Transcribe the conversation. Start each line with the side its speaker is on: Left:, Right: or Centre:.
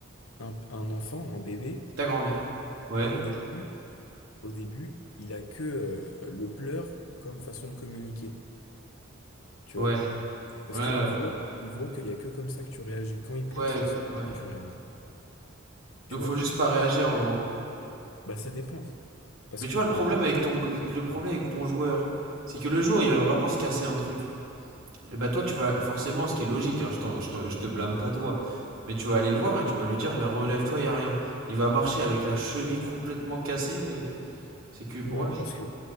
Left: un, un enfant, un bébé,
Right: ta grand-mère. Ouais,
Left: au début, au début, il a que euh, le pleur comme façon de communiquer, tu
Right: ouais,
Left: vois. Parce
Right: ouais,
Left: qu'ils voient, ils voient qu'il y a que comme ça que tu réagis. Quand il pleure,
Right: ouais,
Left: c'est le seul moment
Right: ouais.
Left: où tu réagis. Tu
Right: Donc faut
Left: vois?
Right: juste pas
Left: Ouais.
Right: réagir en gros.
Left: Bah ça dépend. Parce
Right: Mais
Left: que
Right: tu vois, le
Left: en
Right: problème
Left: gros,
Right: avec ton, le problème avec ton joueur, c'est que le jour, il va vraiment se casser un truc. Et bah toi, tu vas forcément, ce qui est logique, hein, je, t'en- je t'en- je te blâme pas toi, mais tu vas aller le voir et tu vas lui dire, mais relève-toi, y a rien. Il va marcher avec la cheville complètement cassée, euh, c'est que pour
Left: non,
Right: lui.
Left: parce que